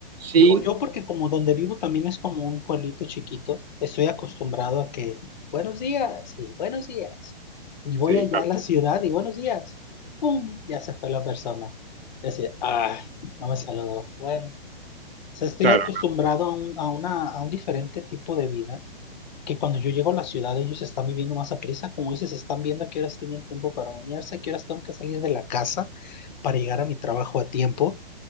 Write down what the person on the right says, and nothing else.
Sí,
Sí,
claro,
claro,